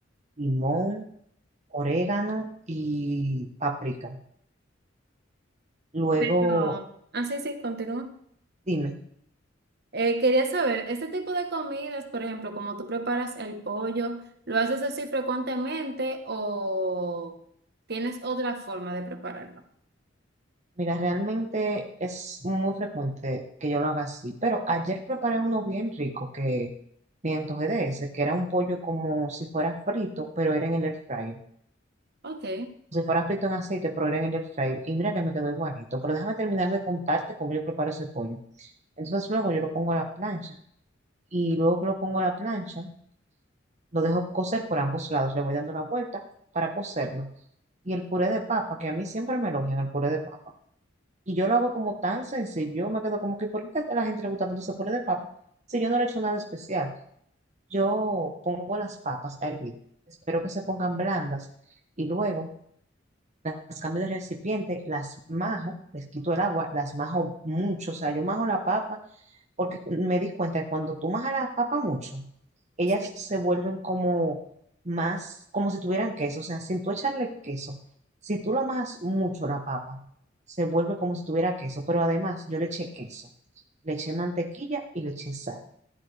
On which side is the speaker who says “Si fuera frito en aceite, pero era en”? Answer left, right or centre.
Right